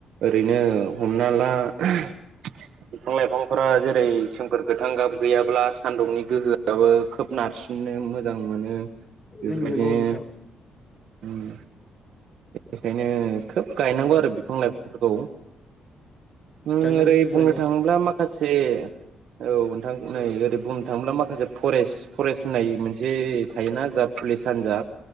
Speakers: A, on the right; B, on the left.
A: ओरैनो हमना ला बिफां लाइफांफोरा जेरै सोमखोर गोथां गाब गैयाब्ला सान्दुंनि गोहोआबो खोब नारसिननो मोजां मोनो। बेफोरबायदिनो
B: नंगौ नोंथां।
A: उम। बेखायनो खोब गायनांगौ आरो। बिफां लाइफांफोरखौ ओरै
B: गायनांगौ
A: बुंनो
B: गायनायाथ'
A: थाङोब्ला
B: औ नोंथां
A: माखासे औ नोंथां नै ओरै बुंनो थाङोब्ला माखासे फरेस्ट फरेस्ट होननाय मोनसे थायोना जा पुलिस हानजा